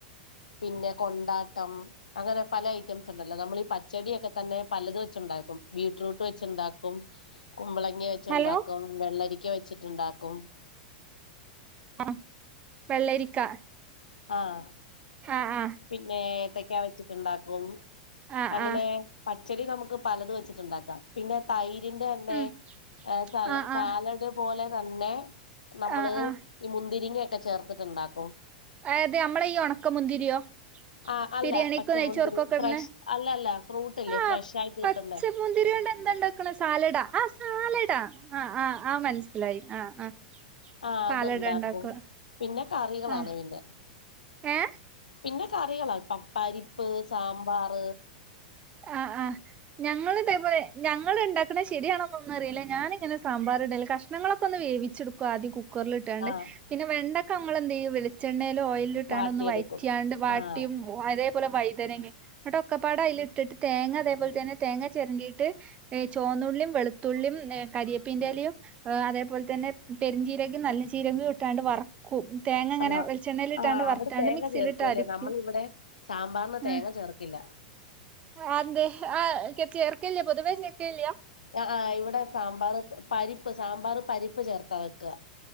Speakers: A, on the left; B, on the right.
A: പിന്നെ കൊണ്ടാട്ടം അങ്ങനെ പല ഐറ്റംസ് ഉണ്ടല്ലോ നമ്മൾ ഈ പച്ചടിയൊക്കെതന്നെ പലത് വെച്ചുണ്ടായി ബീട്രൂട്ട് വെച്ചണ്ടാക്കും കുമ്പളങ്ങി വെച്ചുണ്ടാക്കും
B: ഹലോ
A: വെള്ളരിക്ക വെച്ചിട്ടുണ്ടാക്കും
B: ആഹ വെള്ളരിക്ക
A: ആഹ
B: ആഹ് ആഹ്
A: പിന്നെ ഏത്തക്കാ വെചച്ച് ഇണ്ടാകും
B: ആഹ്
A: അങ്ങനെ
B: ആഹ്
A: പച്ചടി നമുക്ക് പലത് വെച്ചിട്ടുണ്ടാക്കാം പിന്നെ തൈ ഇതിന്റതന്നെ
B: ഉം
A: സ
B: ആഹ് ആഹ്
A: സാലഡ് പോലെ തന്നെ നമ്മള്
B: ആഹ് ആഹ്
A: ഈ മുന്തിരിങ്ങൊക്കെ ചേർത്തിട്ടുണ്ടാക്കും
B: ആയത് നമ്മളെ ഈ ഉണക്ക മുന്തിരിയോ
A: ആ അല്ല
B: ബിരിയാണിക്കോ
A: പച്ചമുന്തിരി
B: നെയച്ചോർക്കോ ഇടുന്ന
A: ഫ്രഷ് അല്ല അല്ല ഫ്രൂട്ട് ഇല്ലേ
B: ആ
A: ഫ്രഷ് ആയിട്ട് കിട്ടുന്നേ
B: പച്ചമുന്തിരി എന്താണ്ടാക്കുന്നെ സാലഡ ആ സാലഡ ആ ആ ആ മനസ്സിലായി ആ
A: ആ
B: സാലഡ്
A: അതുണ്ടാകും
B: ഉണ്ടാക്കുക
A: പിന്നെ കറികളാണ്
B: ആ
A: പിന്നെ
B: ഏഹ്
A: പിന്നെ കറികള പ പപ്പരിപ്പ് സാമ്പാർ
B: ആ ആ ഞങ്ങൾ ഇതേപോലെ ഞങ്ങൾ ഇണ്ടാക്ക ശരിയാണെന്നൊന്ന അറിയില്ല ഞാനിങ്ങനെ ഇടയില്ല കാശ്നങ്ങൾ ഒകെ വേവിച്ചെടുക്കും ആദ്യം കുക്കറിലിട്ടാണ്ട്
A: ആ
B: പിന്നെ വെണ്ടൊക്കെ അങ്ങൾ എന്ത് ചെയ്യും വെളിച്ചെണ്ണ ഓയി ഇട്ടാണ്ട്
A: വാട്ടിയെടുക്കും
B: ഒന്ന് വയാട്ട്യാ ണ്ട് വാട്ടിയും
A: ആ
B: അതേപോലെ വൈതന എന്നിട്ട് ഒക്കെപ്പാട അയില് ഇട്ടിട്ട് തേങ്ങ അതേപല തന്നെ തേങ്ങ ചിരണ്ടിയിട്ട് ചോന്നുള്ളിയും വെളുത്തുള്ളിയും കരിയപ്പീന്റെ ലയും അതേപോലെ തന്നെ പേരിൻചീരകം നല്ല ചീരും ഇട്ടാണ്ട് വറക്കും തേങ്ങ അങ്ങനെ
A: ആഹ്
B: വെളിച്ചെണ്ണൽ ഇട്ടാണ്ട്
A: ആഹ്
B: വറുത്താണ്ട്
A: അവിടെ തേങ്ങ
B: മിക്സിയിലിട്ടായിരിക്കും
A: ചേർക്കൂല്ലേ നമ്മളിവിടെ സാമ്പാറിന് തേങ്ങ
B: ആ
A: ചേർക്കില്ല
B: അന്തെ ആഹ കത്തി എർക്കള്ളിയാ പൊതുവെ എക്കിയാ <unintelligible>
A: ആ ഇവിടെ സാമ്പാർ പരിപ്പ് സാമ്പർ പരിപ്പ് ചേർത്താ വെക്കുക